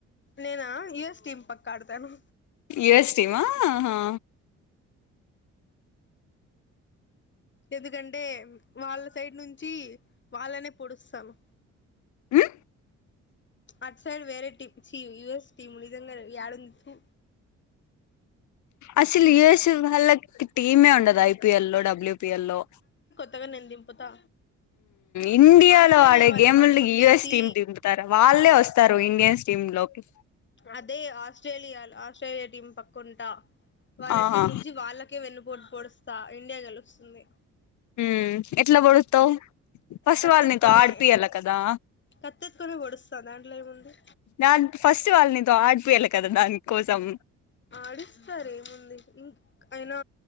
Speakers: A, on the left; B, on the left.
A: నేనా యఎస్ టీం పక్కడుతాను
B: యుఎస్ టీమా ఆహా
A: ఎందుకంటే వాళ్ళ సైడ్ నుంచి వాళ్ళనే పొడుస్తాము
B: ఉ
A: అట్ సైడ్ వేరే టీం చీ యుఎస్ టీం నిజగానే యండుంది తుపు
B: అసలు యుఎస్ వాళ్ళకి టీమే ఉండదు ఐపిఎల్ లో డబ్ల్యూపిఎల్లో
A: ఏమో నేను దింపుతా
B: ఇండియాలో
A: ఆస్ట్రేలియా
B: ఆడే
A: వాళ్ళ
B: గేములు
A: పక్క ఉండేసి
B: యూఎస్ టీమ్ దింపుతారా వాళ్ళే వస్తారు ఇండియన్స్ టీమ్ లోకి
A: అదే ఆస్ట్రేలియాలో ఆస్ట్రేలియా టీమ్ పక్క కొంటా వాళ్ళ
B: ఆహా
A: టీం నుంచి వాళ్ళకే వెన్నుపోటు పోడుస్తా ఇండియా గెలుస్తుంది
B: మ్ ఎట్లా పోడుస్తావు ఫస్ట్
A: కత్తెత్తుకొనే
B: వాళ్ళనితో ఆడిపియాల్ల కదా
A: కత్తెత్తుకొనే పొడుస్తా దాంట్లో ఏముంది
B: దాన్ ఫస్ట్ వాళ్ళు నీతో ఆడిపియాళ్ల కదా దానికోసం
A: ఆడిస్తారు ఏముంది ఇం అయినా